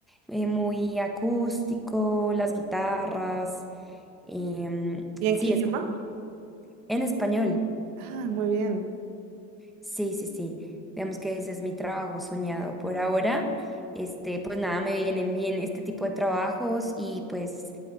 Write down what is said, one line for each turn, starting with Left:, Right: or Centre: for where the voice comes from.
Centre: eh, muy acústico, las guitarras. Em,
Right: ¿Y en
Centre: sí,
Right: qué idioma?
Centre: es como en español.
Right: Ah, muy bien.
Centre: Sí, sí, sí. Digamos que ese es mi trabajo soñado por ahora. Este, pues nada, me vienen bien este tipo de trabajos y pues